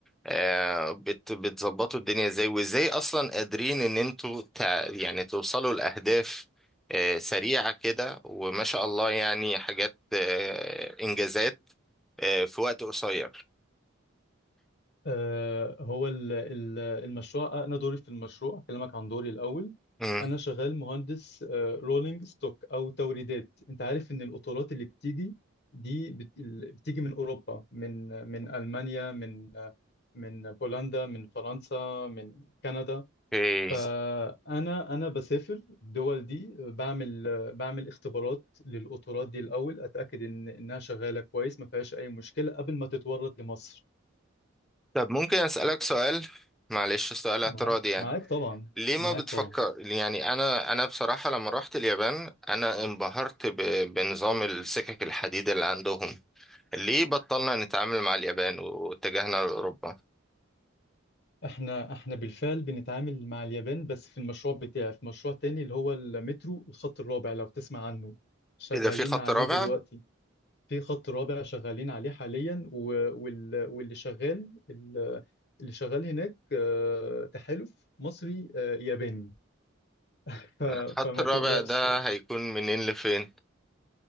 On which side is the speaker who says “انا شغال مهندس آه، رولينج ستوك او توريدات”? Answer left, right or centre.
Left